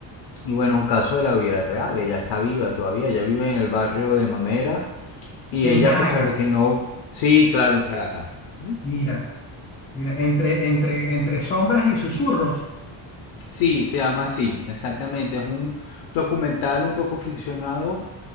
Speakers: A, on the left; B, on the left.
A: y bueno, un caso de la vida real. Ella está viva todavía. Ella vive en el barrio de Mamera. Y
B: en
A: ella,
B: Caracas,
A: a pesar de que no. Sí, claro, en Caracas. ¿Mm?
B: mira, mira, entre, entre, entre sombras y susurros.
A: Sí, se llama así, exactamente. Es un documental un poco ficcionado.